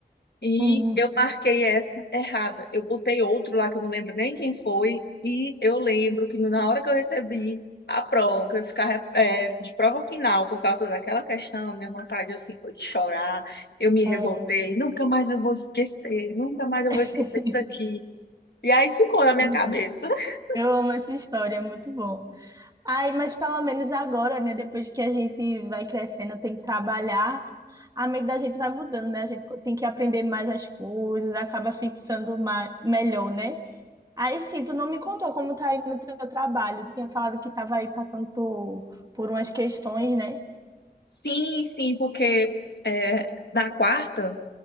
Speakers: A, on the left (about 80°); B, on the right (about 20°).
A: e
B: Uhum.
A: eu marquei essa errada. Eu botei outro lá que eu não lembro nem quem foi. E eu lembro que na hora que eu recebi a prova, que eu ficar é, de prova final por causa daquela questão, minha vontade assim foi de chorar. Eu me revoltei.
B: É.
A: Nunca mais eu vou esquecer. Nunca mais eu
B: <laughs>
A: vou esquecer isso aqui. E aí ficou na minha
B: Muito
A: cabeça.
B: bom.
A: <laughs>
B: Eu amo essa história, é muito bom. Ai, mas pelo menos agora, né? Depois que a gente vai crescendo, tem que trabalhar, a mente da gente vai mudando, né? A gente tem que aprender mais as coisas, acaba fixando mais, melhor, né? Aí sim, tu não me contou como tá aí no teu trabalho. Tu tinha falado que tava aí passando por, por umas questões, né?
A: Sim, sim, porque é, na quarta.